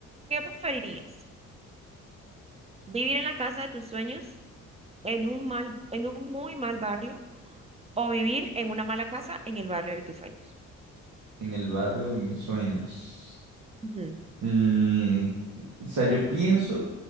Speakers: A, on the right (about 20°); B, on the right (about 75°).
A: ¿qué preferirías? ¿Vivir en la casa de tus sueños en un mal, en un muy mal barrio o vivir en una mala casa en el barrio de tus sueños?
B: En el barrio de mis sueños.
A: Ujú,
B: Mm, o sea, yo pienso